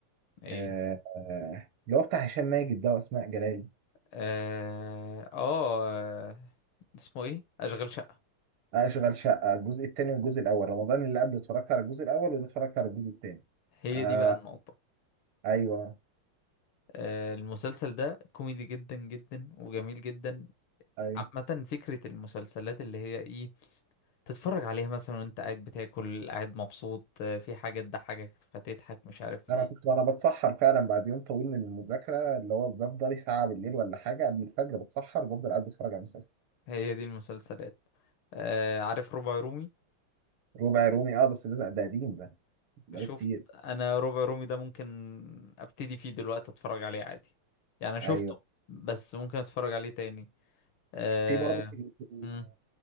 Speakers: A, on the left (about 75°); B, on the right (about 75°).
A: ايه
B: آه، آه، اللي هو بتاع هشام ماجد ده واسماء جلال
A: اه, آه اسمه ايه اشغال شقة
B: اشغل شقه الجزء الثاني والجزء الاول رمضان اللي قبل اتفرجت على الجزء الاول وده اتفرجت على الجزء الثاني
A: هي
B: آه
A: دي بقى النقطة
B: ايوه
A: آه، المسلسل ده كوميدي جدا جدا وجميل جدا
B: ايوه
A: عامة فكرة المسلسلات اللي هي ايه تتفرج عليها مثلا وانت قاعد بتاكل قاعد مبسوط آه، في حاجة تضحكك فتضحك مش عارف ايه
B: انا كنت وانا بتسحر فعلا بعد يوم طويل من المذاكره اللي هو بفضل ساعه بالليل ولا حاجه قبل الفجر بتسحر بفضل قاعد بتفرج على المسلسل
A: هي دي المسلسلات آه، عارف ربع رومي
B: ربع رومي اه بس ده ده قديم ده بقاله
A: شفت
B: كتير
A: انا ربع رومي ده ممكن ابتدي فيه دلوقتي اتفرج عليه عادي يعني أنا شفته
B: ايوه
A: بس ممكن اتفرج عليه تاني آه،
B: في برضه في في
A: مم،